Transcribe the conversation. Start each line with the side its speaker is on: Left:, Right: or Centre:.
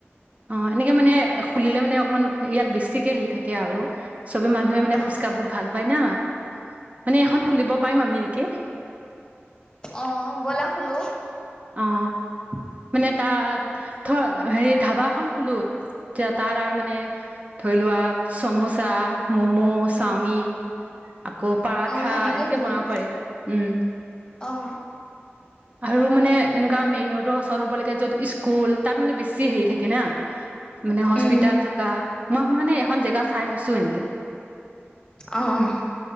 Right: অ' এনেকে মানে খুলিলে মানে অকমান ইয়াত বেছিকে হেৰি থাকে আৰু। চবে মানুহে মানে ফুচকা
Left: অ
Right: বহুত ভাল পায় না। মানে এখন খুলিব পাৰিম আমি এনেকে।
Left: অ ব'লা খুলোঁ।
Right: অ' মানে তাত ধ হেৰি ধাবা এখন খোলো। এতিয়া তাত আৰু মানে ধৰি লোৱা চামোচা, মম', চাওমিন
Left: উম
Right: আকৌ পাৰঠা
Left: অ সেনেকে
Right: এনেকে
Left: খুলিম
Right: বনাব পাৰি। উম।
Left: অ
Right: আৰু মানে এনেকুৱা মেইন ৰোডৰ ওচৰত হ'ব লাগে। য'ত স্কুল, তাত মানে বেছি হেৰি থাকে না। মানে হস্পিতাল
Left: উম
Right: থকা। মই মানে এখন জেগা চাই থৈছো এনেকে।
Left: অ',
Right: উম
Left: অ'।